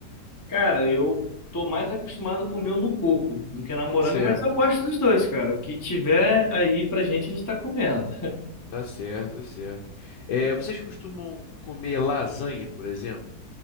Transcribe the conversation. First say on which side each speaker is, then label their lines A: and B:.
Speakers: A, on the left (about 15°); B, on the left (about 85°).
A: Cara, eu tô mais acostumado a comer no coco do que na moranga,
B: Certo,
A: mas eu gosto dos dois, cara. O que tiver aí pra gente, a gente tá comendo.
B: tá certo, tá certo. É, vocês costumam comer lasanha, por exemplo?